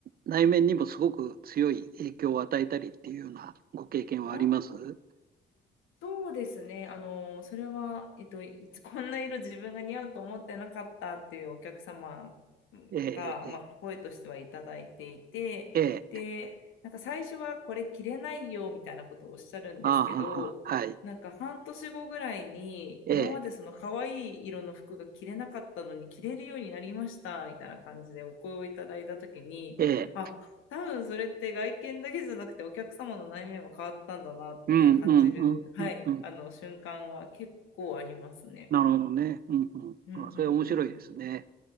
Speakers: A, on the right; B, on the left.
A: 内面にもすごく強い影響を与えたりっていうようなご経験はあります
B: あそうですね。あの、それは、えっと、い <laughs> こんな色自分が似合うと思ってなかったっていうお客様
A: ええ、
B: が、まあ、声としてはいただいていて、
A: ええ、
B: で、なんか最初はこれ着れないよみたいなことをおっしゃるんですけど、
A: ああ、はは、はい、
B: なんか半年後ぐらいに、
A: ええ、
B: 今までその可愛い色の服が着れなかったのに着れるようになりましたみたいな感じでお声をいただいたときに、
A: ええ、
B: あ、多分それって外見だけじゃなくてお客様の内面も変わったんだなって感じる、
A: うん、うん、うん、
B: はい、
A: うん、うん
B: あの瞬間は結構ありますね。
A: なるほどね。うん、
B: うんうんうんうん。
A: うん。あそれ面白いですね。